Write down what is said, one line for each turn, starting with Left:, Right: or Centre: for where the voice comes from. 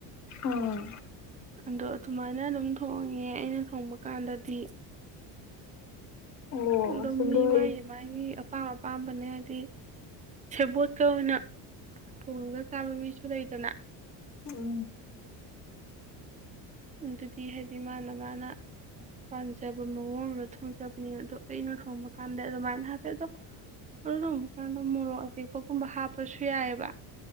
Left: ꯑꯥ
Right: ꯑꯗꯣ ꯑꯗꯨꯃꯥꯏꯅ ꯑꯗꯨꯝ ꯊꯣꯡꯉꯦ ꯑꯩꯅ ꯊꯣꯡꯕ ꯀꯥꯟꯗꯗꯤ
Left: ꯑꯣ
Right: ꯑꯗꯨꯝ
Left: ꯑꯁ ꯑꯗꯣ
Right: ꯃꯤ
Left: ꯑꯩ
Right: ꯃꯥꯒꯤ ꯃꯥꯒꯤ ꯑꯄꯥꯝ ꯑꯄꯥꯝꯕꯅꯦ ꯍꯥꯏ ꯁꯦꯕꯣꯠꯀ ꯑꯣꯏꯅ ꯊꯣꯡꯉꯒ ꯆꯥꯕ ꯃꯤꯁꯨ ꯂꯩꯗꯅ
Left: ꯎꯝ ꯎꯝ
Right: ꯑꯗꯨꯗꯤ ꯍꯥꯏꯗꯤ ꯃꯥꯅ ꯃꯥꯅ ꯄꯥꯝꯖꯕ ꯃꯑꯣꯡꯗ ꯊꯣꯡꯖꯕꯅꯦ ꯑꯗꯣ ꯑꯩꯅ ꯊꯣꯡꯕ ꯀꯥꯟꯗ ꯑꯗꯨꯃꯥꯏꯅ ꯍꯥꯞꯄꯦ ꯑꯗꯣ ꯑꯗꯨ ꯊꯣꯡꯕ ꯀꯥꯟꯗ ꯃꯣꯔꯣꯛ ꯑꯇꯦꯛꯄꯒꯨꯝꯕ ꯍꯥꯞꯄꯁꯨ ꯌꯥꯏꯑꯕ